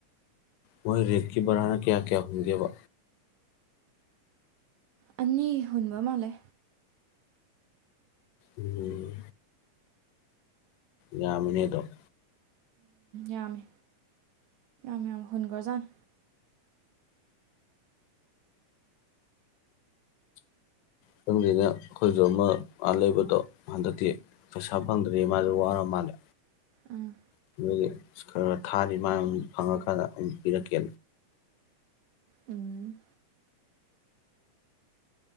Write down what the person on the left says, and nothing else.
ꯃꯣꯏ ꯔꯦꯠꯀꯤ ꯕꯔꯥꯅ ꯀꯌꯥ ꯀꯌꯥ ꯍꯨꯒꯦꯕ
ꯎꯝ ꯌꯥꯃꯤꯅꯦꯗꫭ
ꯈꯪꯗꯦꯅ ꯑꯩꯈꯣꯏꯁꯨ ꯑꯃ ꯑꯗꯥ ꯂꯩꯕꯗꯣ ꯍꯟꯗꯛꯇꯤ ꯄꯩꯁꯥ ꯐꯪꯗ꯭ꯔꯦ ꯃꯥꯁꯨ ꯋꯥꯔ ꯃꯥꯜꯂꯦ
ꯑꯗꯨꯗꯒꯤ ꯈꯔ ꯈ ꯊꯥꯔꯤ ꯃꯥꯜꯂꯦ ꯑꯗꯨ ꯐꯪꯉꯀꯥꯟꯗ ꯑꯗꯨꯝ ꯄꯤꯔꯛꯀꯦ